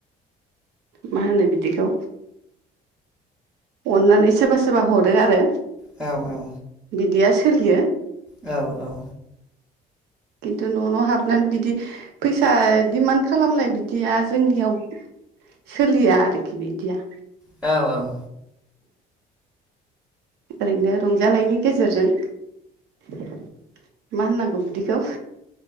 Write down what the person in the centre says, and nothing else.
औ औ
औ औ
औ औ